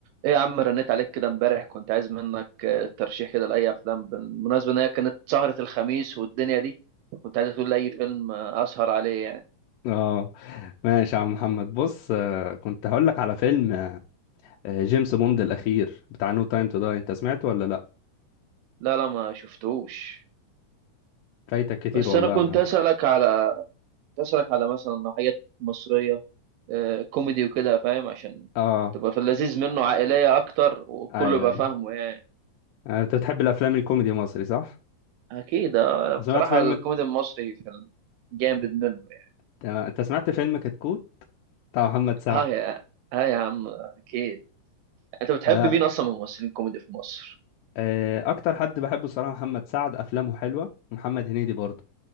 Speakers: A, on the right; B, on the left.
A: ايه يا عم رنيت عليك كده امبارح كنت عايز منك آه، ترشيح كده لاي افلام بالمناسبه ان هي كانت سهره الخميس والدنيا دي كنت عايز تقول لي اي فيلم آه، اسهر عليه يعني
B: اه ماشي يا عم محمد بص آه، كنت هقول لك على فيلم آه، آه، جيمس بوند الاخير بتاع نو تايم تو داي انت سمعته ولا لا
A: لا لا ما شفتهوش
B: فايتك كتير
A: بس
B: والله
A: انا كنت
B: يا محمد
A: اسالك على كنت اسالك على مثلا حاجات مصريه آه، كوميدي وكده فاهم عشان
B: اه
A: تبقى في اللذيذ منه عائليه اكتر وكله
B: ايوه
A: يبقى
B: ايوه
A: فاهمه يعني
B: آه، انت بتحب الافلام الكوميدي المصري صح
A: اكيد آه،
B: سمعت
A: بصراحه
B: فيلم
A: الكوميدي المصري في جامد منه يعني
B: تمام. انت سمعت فيلم كتكوت بتاع محمد سعد
A: ها يا ها يا عم اكيد انت بتحب
B: ده
A: مين اصلا من الممثلين الكوميدي في مصر
B: آه، اكتر حد بحبه الصراحه محمد سعد افلامه حلوه ومحمد هنيدي برضه